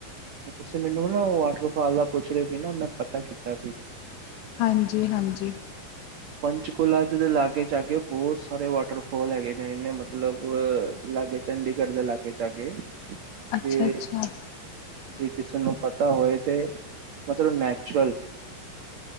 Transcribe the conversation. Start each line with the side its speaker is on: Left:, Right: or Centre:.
Right: ਤੁਸੀਂ ਮੈਨੂੰ ਨਾ ਉਹ ਵਾਟਰਫਾਲ ਦਾ ਪੁੱਛ ਰਹੇ ਸੀ ਨਾ, ਮੈਂ ਪਤਾ ਕੀਤਾ ਸੀ।
Left: ਹਾਂਜੀ-ਹਾਂਜੀ।
Right: ਪੰਚਕੁਲਾ ਦੇ ਲਾਗੇ-ਚਾਗੇ ਬਹੁਤ ਸਾਰੇ ਵਾਟਰਫਾਲ ਹੈਗੇ ਨੇ, ਇਹਨੇ ਮਤਲਬ ਲਾਗੇ, ਚੰਡੀਗੜ੍ਹ ਦੇ ਲਾਗੇ-ਚਾਗੇ ਤੇ
Left: ਅੱਛਾ ਅੱਛਾ
Right: ਜੇ ਕਿਸੇ ਨੂੰ ਪਤਾ ਹੋਏ ਤੇ ਮਤਲਬ ਨੈਚੁਰਲ